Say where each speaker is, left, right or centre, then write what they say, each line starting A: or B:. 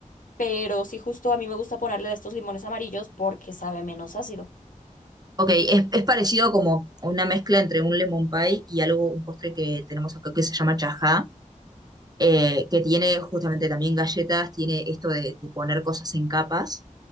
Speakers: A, on the left; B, on the right.
A: Pero sí, justo a mí me gusta ponerle de estos limones amarillos porque sabe menos ácido.
B: Ok, es, es parecido como una mezcla entre un lemon pie y algo, un postre que tenemos acá que se llama chajá, eh, que tiene justamente también galletas, tiene esto de, de poner cosas en capas.